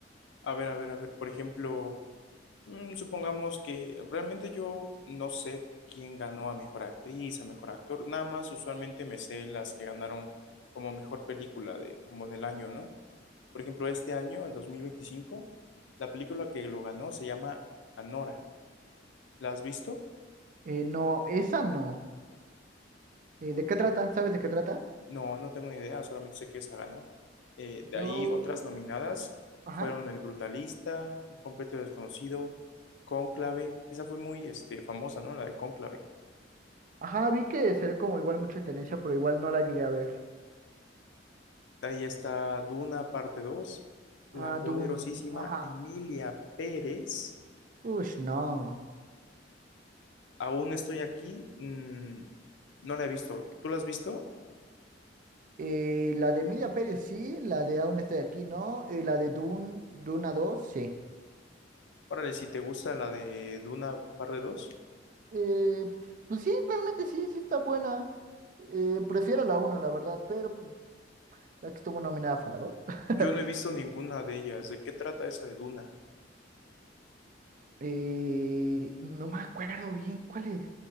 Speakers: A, on the left (about 70°); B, on the right (about 45°).
A: A ver, a ver, a ver, por ejemplo, mm, supongamos que realmente yo no sé quién ganó a mejor actriz, a mejor actor, nada más usualmente me sé las que ganaron como mejor película de, como del año, ¿no? Por ejemplo, este año, el 2025, la película que lo ganó se llama Anora. ¿La has visto?
B: Eh, no, esa no. Eh, ¿de qué trata? ¿Sabes de qué trata?
A: No, no tengo ni idea, solamente sé que esa ganó. Eh, de
B: Yo,
A: ahí otras nominadas
B: ajá,
A: fueron El Brutalista, Un Completo Desconocido, Cónclave, esa fue muy este, famosa, ¿no? La de Cónclave.
B: ajá, vi que salió como igual mucho de tendencia, pero igual no la llegué a ver.
A: De ahí está Duna, parte 2, la
B: Ah,
A: poderosísima
B: Dune, ajá.
A: Emilia Pérez.
B: Ush, no.
A: Aún estoy aquí, mm, no la he visto. ¿Tú la has visto?
B: Eh, la de Emilia Pérez sí, la de Aún estoy aquí no, eh, la de Dune, Duna dos sí.
A: Órale, si te gusta la de Duna, parte 2.
B: Eh, pues sí, realmente sí, sí está buena. Eh, prefiero la uno la verdad, pero pues, la que estuvo nominada fue la dos <laughs>
A: Yo no he visto ninguna de ellas. ¿De qué trata esa de Duna?
B: Eh, no me acuerdo bien cuál es.